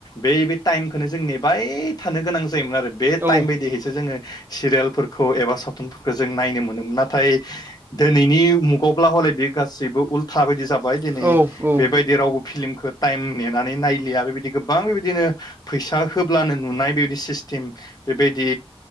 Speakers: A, on the left; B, on the right.
A: बै टाइमखौनो जों ने बाय थानो गोनां जायोमोन आरो बे
B: औ
A: टाइम बायदिहैसो जोङो सिरियालफोरखौ एबा सावथुनफोरखौ जों नायनो मोनोमोन नाथाय दिनैनि मुगावब्ला हले बे गासैबो उल्था बायदि जाबाय दिनै
B: औ औ
A: बेबायदि रावबो फिलिमखौ टाइम नेनानै नायलिया बेबायदि गोबां बेबायदिनो फैसा होब नुनाय बेबायदि सिस्टेम बेबायदि